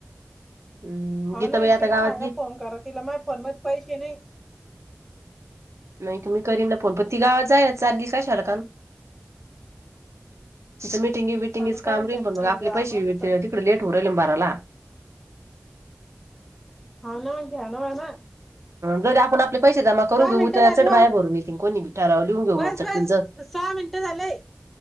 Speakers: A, on the right; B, in the centre.
A: हम्म
B: होा
A: गीताबाई
B: ना
A: आता
B: तिला
A: गावात
B: सांगा
A: गे
B: फोन करा तिला मा <inaudible> फोन मध्ये पैसे नाही
A: नाही तुम्ही करन फोन पण ती गावात जाय <inaudible> ना <inaudible> चारगी कायशाल काण तिथं मिटिंग विटिंगच
B: पण काढ
A: काम रेल
B: त्याची
A: पण मग आपले
B: गावामध्ये
A: पैसे
B: पण
A: तिकडे लेट हो <inaudible> राेल बारला
B: हो ना <inaudible> म घ्या ना वा ना.
A: जर आपण आपले पैसे जमा करून घेऊ
B: मिनिटं
A: त्या
B: झाली
A: चढ
B: भाऊ
A: बाया भरून येथि कोणी भिठारा लिहून घेऊ
B: बस
A: मग <inaudible> शक्तींचं
B: बस सहा मिनटं झालेय.